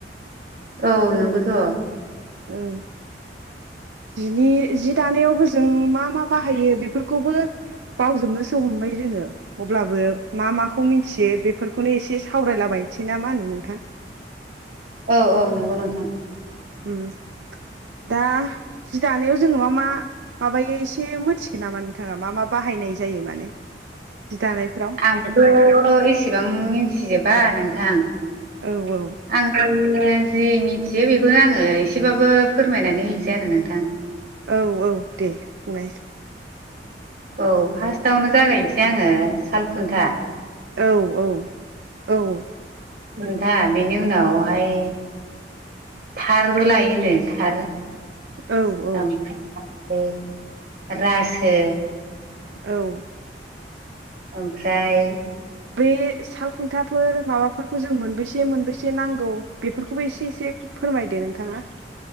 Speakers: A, on the right; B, on the right.
A: औ नंगौथ'।
B: ओ जिनि जि दानायावबो जों मा मा बाहायो बेफोरखौबो बावजोबनोसो हमनाय जों ङो अब्लाबो मा माखौ मिथियो बेफोरखौनो इसे सावरायलाबायनोसै ना मा होनो नोंथां। <inaudible>
A: औ औ नोंगौ नोंथां।
B: औ दा जि दानायाव जोङो मा मा माबायो इसे मिथिगोन नामा नोंथाङा मा मा बाहाय हायनाय जायो माने। जि दानायफ्राव
A: आंबोथ' एसेबां मिथिजोबा नोंथां।
B: औ औ
A: आङो जि मिथियो बेखौनो आङो एसेबाबो फोरमायनानै होनसै आरो नोंथां।
B: औ औ दे बुंनायसै
A: औ फार्स्टआवनो जागायनोसै आङो सालखुन्था।
B: औ औ औ
A: खन्था बिनि उनावहाय थारबो लायोनो थार
B: औ औ
A: ओमफ्राय रासो
B: औ
A: ओमफ्राय
B: बै साल खुन्थाफोर माबाफोरखौ जों मोनबेैसे मोनबैसे नांगौ बेफोरखौबो एसे एसे फोरमायदो नोंथाङा।